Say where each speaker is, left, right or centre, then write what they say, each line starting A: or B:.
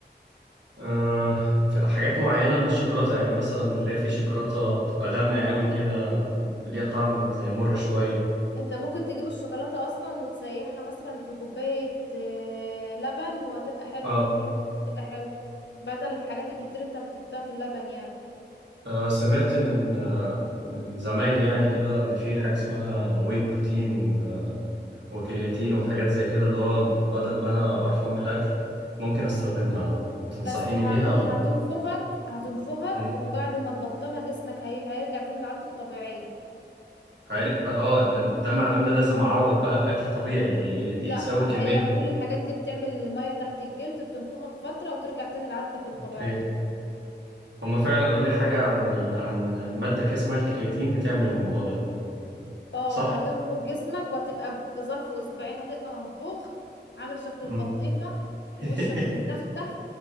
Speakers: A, on the right; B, on the left.
A: آه... في حاجات معينه من الشوكولاته يعني مثلا اللي هي في شوكولاته بتبقى غامقه قوي كده ليها طعم زي مر شويه
B: انت ممكن تجيب الشوكولاتة اصلا وتسيحها مثلا في كوباية آه، لبن وهتبقى حلو
A: اه,
B: هتفتح نفسك هتبقى حلو بدل الحاجات الكتير انت بتحطها في اللبن يعني
A: آه سمعت من آه من زمايلي يعني كده ان في حاجه اسمها واي بروتين و... وكرياتين وحاجات زي كده اللي هو بدل ما انا قرفان من الاكل ممكن استخدمها تنصحيني
B: بس هت...
A: بيها
B: هتنفخك
A: ولا
B: هتنفخك
A: مم.
B: وبعد ما تبطلها جسمك هي... هيرجع تاني لعادته الطبيعية
A: هاري بقى اه ده, ده معناه ان انا لازم اعوض بقى باكل طبيعي ي-
B: لا
A: يساوي كميه
B: هي كل
A: ال...
B: الحاجات دي بتعمل مية تحت الجلد بتنفخك فترة وترجع تاني لعادتك الطبيعية
A: اوكي هما فعلا قالوا لي حاجه عن ال... عن ماده كده اسمها الكرياتين بتعمل الموضوع ده
B: اه
A: صح
B: هتنفخ جسمك وهتبقى في ظرف اسبوعين هتبقى منفوخ عامل شكل البطيخة
A: مم. <laughs>
B: وشك متختخ